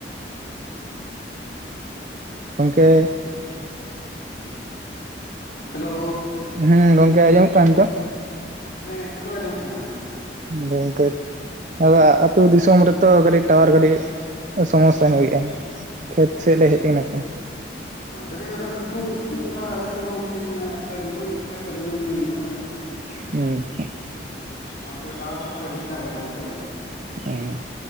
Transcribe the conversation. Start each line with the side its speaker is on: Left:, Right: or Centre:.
Right: ᱜᱚᱢᱠᱮ
Left: ᱦᱮᱞᱳ
Right: ᱦᱮᱸ ᱜᱚᱝᱠᱮ ᱟᱸᱡᱚᱢᱚᱜ ᱠᱟᱱᱟ ᱱᱤᱛᱚᱜ
Left: ᱦᱮᱸ ᱱᱤᱛᱚᱜ ᱫᱚ ᱟᱸᱡᱚᱢᱚᱜ ᱠᱟᱱᱟ
Right: ᱜᱚᱝᱠᱮ ᱟᱫᱚ ᱟᱛᱳ ᱫᱤᱥᱚᱢ ᱨᱮᱛᱚ ᱠᱟᱴᱤᱡ ᱴᱟᱣᱟᱨ ᱜᱟᱹᱰᱤ ᱥᱚᱢᱚᱥᱥᱟ ᱧᱚᱜᱮᱫᱼᱟ᱾ ᱠᱷᱮᱛ ᱥᱮᱫ ᱞᱮ ᱦᱮᱡ ᱠᱟᱱᱟ ᱛᱚ
Left: ᱦᱚᱭ ᱠᱟᱹᱴᱤᱡ ᱟᱫᱚ ᱥᱤᱛᱩᱝ ᱥᱤᱛᱩᱝ ᱠᱟᱱᱟ ᱟᱞᱮ ᱥᱮᱱ ᱦᱚᱸ ᱠᱟᱹᱴᱤᱡ ᱢᱟᱱᱮᱠᱟᱭ ᱰᱩᱸᱰᱨᱩᱜ ᱧᱚᱜ ᱠᱟᱭ ᱛᱚ ᱨᱤᱢᱤᱞ ᱫᱤᱢᱤᱞ ᱧᱚᱜ ᱠᱟᱜᱟᱭ
Right: ᱦᱩᱸ
Left: ᱚ ᱴᱟᱣᱟᱨ ᱠᱚ ᱯᱟᱞᱮ ᱰᱤᱥᱴᱵᱽ ᱮᱫᱟ ᱱᱚᱛᱮ ᱫᱚ
Right: ᱦᱮᱸ